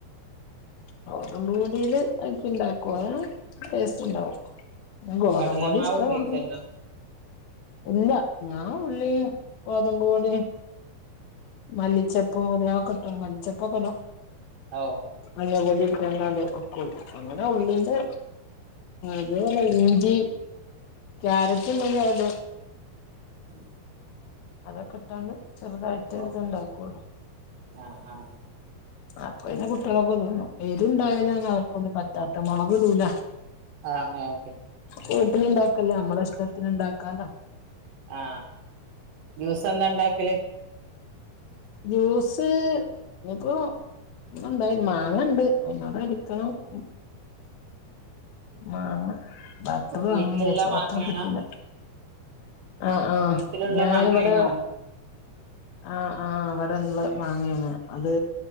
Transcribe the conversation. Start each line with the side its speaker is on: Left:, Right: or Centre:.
Left: ഗോതമ്പുപൊടിയില് അതൊക്കെ ഇണ്ടാക്കും അതിന് ടേസ്റ്റ് ഉണ്ടാവും. ഗോതമ്പുപൊടി
Right: കടലമാവ്
Left: ഇഷ്ടം
Right: ഉപയോഗിക്കല്ലോ
Left: മാതിരി ഇല്ല. ഞാൻ ഉള്ളീം ഗോതമ്പു പൊടീം മല്ലിച്ചെപ്പും ഉലുവ ഒക്കെട്ടണ് മല്ലിച്ചെപ്പൊക്കൊലൊ
Right: ഓ
Left: മഞ്ഞപ്പൊടിം രണ്ടാണ്ട് <unintelligible> അങ്ങനെ ഉള്ളിന്റെ ഇതേപോലെ ഇഞ്ചി ക്യാരറ്റുണ്ടെങ്കി അതിടു
Right: ഉം
Left: അതൊക്കെ ഇട്ടാണ്ട് ചെറുതായിട്ട്
Right: ഓ
Left: ഇത് ഇണ്ടാക്കോളൂ.
Right: ആഹ് ആഹ്
Left: അപ്പൊ പിന്നെ കുട്ടികളൊക്കെ തിന്നും. എരുവുണ്ടായാലും അങ്ങ് അവർക്കൊന്നും പറ്റ തത്ത മുളക് ഇടൂല.
Right: ആഹ് ഓക്കെ
Left: വീട്ടിലിണ്ടാക്കല്ലേ നമ്മളെ ഇഷ്ടത്തിനിണ്ടാ ക്കാലോ
Right: ആ ജ്യൂസ് എന്താ ഉണ്ടാക്കല്
Left: ജ്യൂസ് ഇനിയിപ്പൊ ഒന്നുണ്ടായി മാങ്ങണ്ട് അങ്ങട് അടിക്കണം <unintelligible> മാങ്ങ ബട്ടറ് ഇടണന്ന്
Right: വീട്ടിലുള്ള
Left: വിചാരിച്ച്
Right: മാങ്ങയാണോ
Left: ബട്ടറ് കിട്ടീല്ല. ആ ആ
Right: വീട്ടിലുള്ള
Left: ഞാനിവിടെ
Right: മാങ്ങയാണോ
Left: ആ ആ അവിടെയുള്ള മാങ്ങേയാണ് അത്